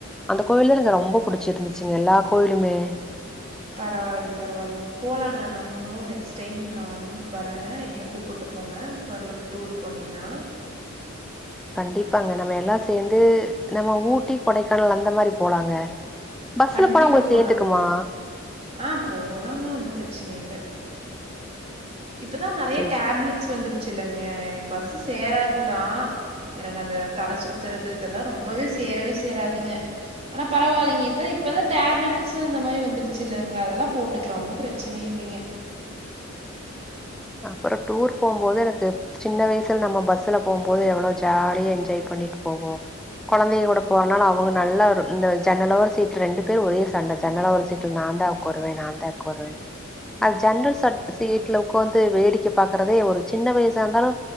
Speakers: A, in the centre; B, on the right.
A: அந்த கோயில் த எனக்கு ரொம்ப புடிச்சிருந்துச்சுங்க எல்லா கோயிலுமே
B: பரவாலைங் பரவாலைங்க போலாங்க நம்மளு நெக்ஸ்ட் டைம் நானும் வரேன் என்னய கூப்புட்டு போங்க மறுபடி டூர் போனீங்னா
A: கண்டிப்பாங்க நம்ம எல்லா சேந்து நம்ம ஊட்டி கொடைக்கானல் அந்த மாரி போலாங்க பஸ்ல
B: கண்டிப்பா
A: போனா ஒங்களுக்கு
B: போலாங்க
A: சேந்துக்குமா
B: ஆ போலாங்க ஒன்னு பிரச்சன இல்ல இப்பதா நெறய
A: சரி,
B: டேப்லெட்ஸ்
A: சரி.
B: வந்துருச்சுல்லங்க எனக்கு பஸ்சு சேராதுதா எனக்கு அந்த தல சுத்துறது இதெல்லா ரொம்பவே சேரவே சேராதுங்க ஆனா பரவாலைங்க இதா இப்பதா டேப்லெட்சு அந்த மாரி வந்துரு சுல்லங்க அதெல்லா போட்டுக்கலா ஒன்னு பிரச்சன இல்லேங்க
A: அப்புற டூர் போம்போது எனக்கு சின்ன வயசுல நம்ம பஸ்ல போம்போது எவ்வளவு ஜாலியா என்ஜாய் பண்ணிட்டு போவோ கொழந்தைகயோட போறனால அவுங்க நல்லா ஒரு இந்த ஜன்னலோர சீட் ரெண்டு பேரு ஒரே சண்ட ஜன்னல் ஓர சீட்ல நா தா கோருவே நாந்தா கோருவே அது ஜன்னல் சட் சீட்ல ஒடக்காந்து வேடிக்க பாக்குறதே ஒரு சின்ன வயசா இருந்தாலு